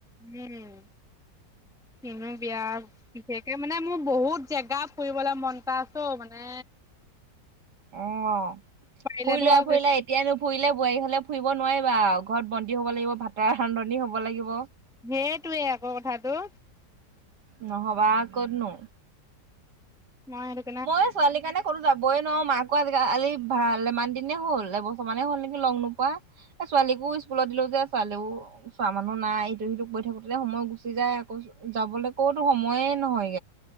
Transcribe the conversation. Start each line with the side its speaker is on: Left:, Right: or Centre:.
Centre: উম কিনো বিয়া বিশেষকে মানে মোৰ বহুত যে জেগা ফুৰিবলে মন এটা আছে অও মানে
Right: অ
Centre: পাৰিলে
Right: ফুৰি লোৱা
Centre: ধৰক
Right: ফুৰি লোৱা এতিয়া নুফুৰিলে বোৱাৰী হ'লে ফুৰিব নোৱাৰিবা আও ঘৰত বন্দী হ'ব লাগিব ভাতৰ ৰান্ধনী হ'ব লাগিব
Centre: সেইটোৱেই আকৌ কথাটো
Right: নহ'বা আ ক'তনো
Centre: মই এইটোক
Right: মই ছোৱালী কাৰণে কৰোঁ যাবই নোৱাৰো মাকো আজিকালি ভালেমান দিনেই হ'ল এবছৰ মানেই হ'ল নেকি লগ নোপোৱা ছোৱালীকো স্কুলত দিলোঁ যে ছোৱালীও চোৱা মানুহ নাই ইটো সিটো কৰি থাকোতে সময় গুচি যায় আকৌ যাবলৈ ক'তো সময়ে নহয়গৈ